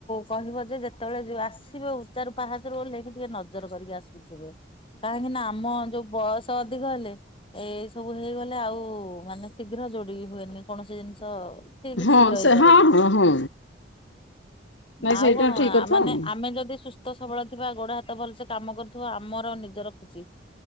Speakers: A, on the left; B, on the left.
A: କହିବ ଯେ ଯେତେବେଳେ ଆସିବେ ଉଚାରୁ ପାହାଚରୁ ଓହ୍ଲେଇଲି ଟିକେ ନଜର କରିକି ଆସିବେ। କାହିଁକି ନା ଆମ ଯୋଉ ବୟସ ଅଧିକ ହେଲେ ଏଇ ସବୁ ହେଇଗଲେ ଆଉ ମାନେ ଶୀଘ୍ର ଯୋଡିକି ହୁଏନି କୌଣସି ଜିନିଷ। ଠିକ
B: ହଁ
A: ଶୀଘ୍ର ହେଇପାରେନି।
B: ସେ ହଁ ହଁ ହଁ ନାଇଁ
A: ଆଉ
B: ସେଇଟା
A: କଣ
B: ଠିକ କଥା
A: ମାନେ
B: ଆଉ
A: ଆମେ ଯଦି ସୁ ସ୍ଥ ସବଳ ଥିବା ଗୋଡ ହାତ ଭଲସେ କାମ କରୁଥିବା ଆମର ନିଜର ଖୁସି।